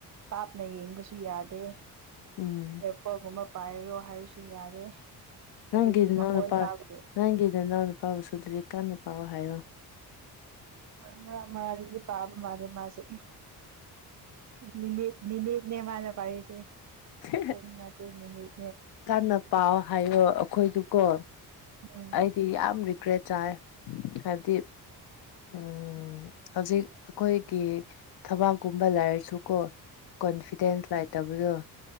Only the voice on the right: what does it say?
ꯇꯥꯞꯅ ꯌꯦꯡꯕꯁꯨ ꯌꯥꯗꯦ ꯑꯦꯌꯥꯔꯄꯣꯔꯠꯀꯨꯝꯕ
ꯄꯥꯏꯔꯣ ꯍꯥꯏꯔꯁꯨ ꯌꯥꯗꯦ
ꯑꯗꯨꯒꯤ
ꯃꯈꯣꯟ
ꯇꯥꯕꯒꯤ
ꯍꯣꯏ ꯃꯔꯛ ꯃꯔꯛꯇꯗꯤ ꯄꯥꯕ ꯃꯥꯜꯂꯦ ꯃꯥꯁꯦ ꯃꯤꯅꯤꯠ ꯀꯣ ꯃꯅꯤꯠꯅꯦ ꯃꯥꯅ ꯄꯥꯔꯤꯁꯦ
ꯄꯨꯡ ꯅꯥꯇꯦ ꯃꯤꯅꯤꯠ
ꯎꯝ